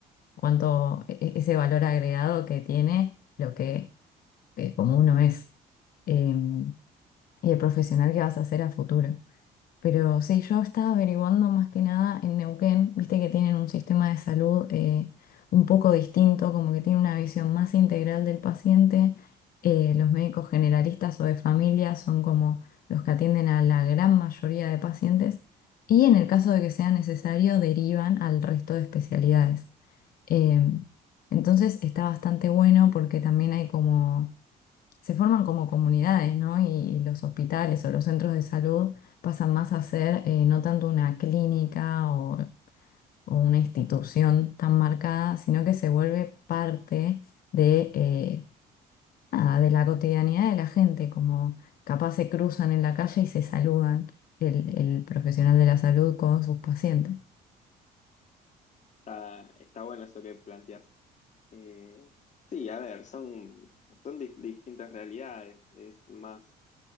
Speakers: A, on the left (about 60°); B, on the left (about 45°).
A: cuánto e- e- ese valor agregado que tiene lo que, eh, como uno es eh, y el profesional que vas a ser a futuro. Pero sí, yo estaba averiguando más que nada en Neuquén, viste que tienen un sistema de salud eh, un poco distinto, como que tiene una visión más integral del paciente. Eh, los médicos generalistas o de familia son como los que atienden a la gran mayoría de pacientes y en el caso de que sea necesario derivan al resto de especialidades. Eh, entonces está bastante bueno porque también hay como se forman como comunidades, ¿no? Y los hospitales o los centros de salud pasan más a ser eh, no tanto una clínica o, o una institución tan marcada, sino que se vuelve parte de, eh, nada, de la cotidianidad de la gente, como capaz se cruzan en la calle y se saludan el el profesional de la salud con sus pacientes.
B: Está, está bueno eso que planteas. Eh, sí, a ver, son, son di- distintas realidades. Es más.